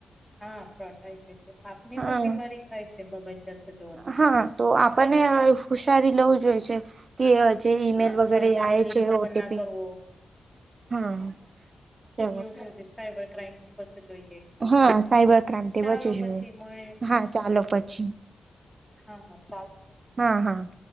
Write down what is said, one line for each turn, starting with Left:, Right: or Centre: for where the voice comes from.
Centre: હા પ્રોટાઈ જાય છે આપને
Right: હા
Centre: પણ બીમારી <unintelligible>
Right: હા તો આપણને હુશારી લેવું જોઈ છે કે હ જે ઈમેલ
Centre: હા
Right: વગેરે
Centre: અંજાની
Right: હ
Centre: લીકો
Right: છે
Centre: પણ
Right: ઓટીપી
Centre: ના કરવો
Right: હમ કે
Centre: એવ સાયબર ક્રાઈમથી પાછું જોઈએ
Right: હા સાયબર ક્રાઈમ
Centre: ચાલો
Right: બચે છે
Centre: પછી મળે
Right: હા ચાલો પછી
Centre: હા હા ચાલશે
Right: હા
Centre: બંધ
Right: હા